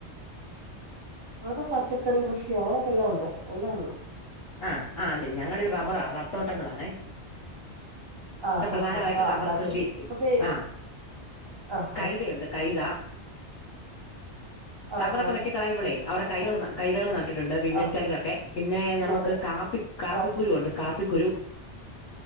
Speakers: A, on the right; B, on the left.
A: ഇടെ പച്ചക്കറി കൃഷി അങ്ങനെയൊക്കെ എല്ലാം ഉണ്ട് എല്ലാം ഉണ്ട്
B: ആഹ് ആ അത് ഞങ്ങളുടെ റബറാ റബ് തോട്ടങ്ങളാണേ
A: ആഹ്
B: പ്രധാനമായിട്ട്
A: ആഹ് ആഹ് ആഹ്
B: റബ്ബർ
A: നാട്ടു
B: കൃഷി
A: പക്ഷേ
B: ആഹ്
A: ആഹ്
B: കൈതയുണ്ട് കൈത റബ്ബറൊക്കെ
A: ആഹ് ആഹ്
B: വെട്ടി കളയുമ്പോളെ അവിടെ കൈത കൈതകൾ നട്ട ട്ടിട്ടുണ്ട് പിന്നെ
A: ആഹ്
B: ചിലരൊക്കെ പിന്നെ നമുക്ക്
A: നാട്ട്
B: കാപ്പി കാപ്പിക്കുരുവുണ്ട്
A: ആഹ്
B: കാപ്പി കുരു